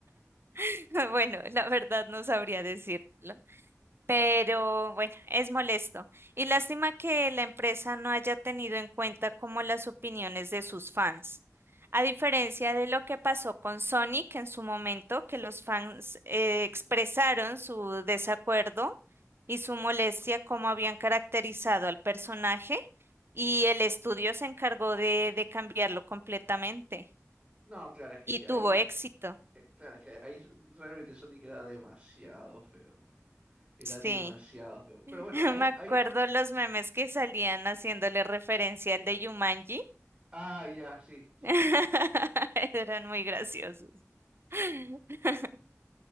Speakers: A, on the right; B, on the right.
A: <laughs> Bueno, la verdad no sabría decirlo. Pero bueno, es molesto. Y lástima que la empresa no haya tenido en cuenta como las opiniones de sus fans. A diferencia de lo que pasó con Sonic en su momento, que los fans eh, expresaron su desacuerdo y su molestia como habían caracterizado al personaje y el estudio se encargó de, de cambiarlo completamente
B: No, claro, es que
A: y tuvo
B: ahí,
A: éxito.
B: eh, claro, es que ahí s- realmente Sonic era demasiado feo, ¿no? Era
A: Sí.
B: demasiado feo. Pero
A: <laughs>
B: bueno,
A: Me
B: ahí,
A: acuerdo
B: ahí no.
A: los memes que salían haciéndole referencia al de Yumanji.
B: Ah, ya, sí, sí,
A: <laughs>
B: sí, sí.
A: Eran muy graciosos. <laughs>